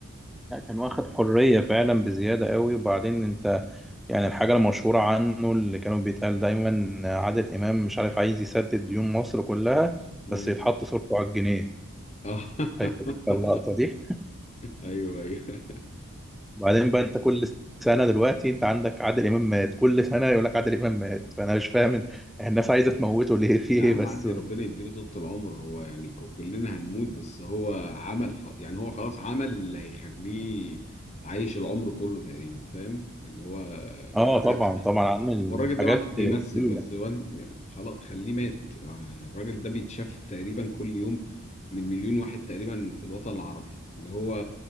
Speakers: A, in the centre; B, on the left.
A: لا، كان واخد حريه فعلا بزياده قوي وبعدين انت يعني الحاجه المشهوره عنه اللي كانوا بيتقال دايما عادل امام مش عارف عايز يسدد ديون مصر كلها
B: مم.
A: بس يتحط صورته على الجنيه
B: اه <laughs>
A: فاكر انت اللقطه دي
B: ايوه ايوه
A: وبعدين بقى انت كل سنه دلوقتي انت عندك عادل امام مات كل سنه يقول لك عادل امام مات فانا مش فاهم الناس عايزه تموته ليه في
B: يا
A: ايه
B: عم
A: بس
B: عدي ربنا يديله طولة العمر هو يعني ك- كلنا هنموت بس هو عمل ح- يعني هو خلاص عمل اللي هيخليه عايش العمر كله تقريبا فاهم اللي هو <laughs>
A: اه
B: الراجل
A: طبعا
B: ده
A: طبعا عامل
B: هو الراجل
A: حاجات
B: ده ما عادش بيمثل
A: تقيله
B: بس هو يعني خلاص خليه مات آه، الراجل ده بيتشاف تقريبا كل يوم من مليون واحد تقريبا في الوطن العربي اللي هو